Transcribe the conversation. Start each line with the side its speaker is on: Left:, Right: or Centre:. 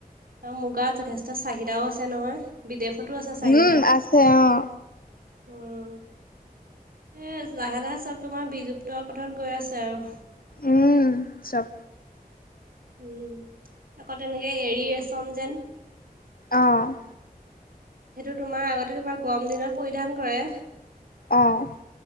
Right: আৰু মুগাৰ জসেষ্ট তাৰ চাহিদাও আছে নহয়। বিদেশতো আছে! চাহিদা
Left: উম আছে অঁ।
Right: উম এ লাহে লাহে চব তোমাৰ বিলুপ্ত পথত গৈ আছে আৰু।
Left: উম চব
Right: উম, আকৌ তেনেকে এৰী ৰেচম যেন
Left: অঁ।
Right: সেইটো তোমাৰ, আগতে তোমাৰ, গৰম দিনত পৰিধান কৰে।
Left: অঁ।